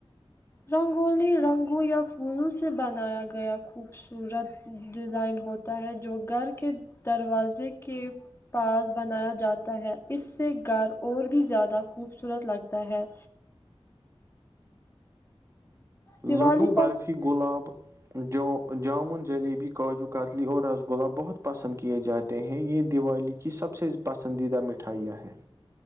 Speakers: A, on the left; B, on the right.
A: رنگولی رنگوں یا پھولوں سے بنایا گیا خوبصورت- ڈیزائن ہوتا ہے جو گھر کے دروازے کے- پس بنایا جاتا ہے اس سے گھر اور بھی زیادہ خوبصورت لگتا ہے- دیوالی
B: لڈو
A: پر
B: برفی گلااب- جو جامن جلیبی کاجو کتلی اور رس گلا بہت پسند کیے جاتے ہیں یہ دیوالی- کی سب سے پسندیدہ مٹھائیاں ہیں-